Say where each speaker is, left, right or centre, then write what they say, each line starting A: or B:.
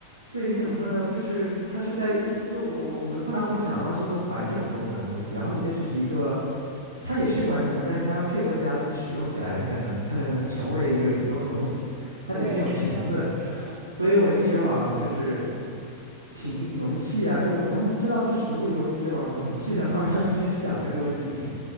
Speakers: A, on the right (about 80°); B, on the right (about 35°).
A: 对，你怎么说呢？就是它是在一，就我我我们通常会想到是一个完整功能的东西，然后你这只是一个，它也是个完整功能，但是它要配合其他东西使用起来，它才能它才能成为一个有用的东西，它得先有瓶子，
B: 对，是这样的，是这样的。
A: 所以我一直往就是瓶容器啊，就我从知道是食物以后，就一直往容器的方向去想这个问题。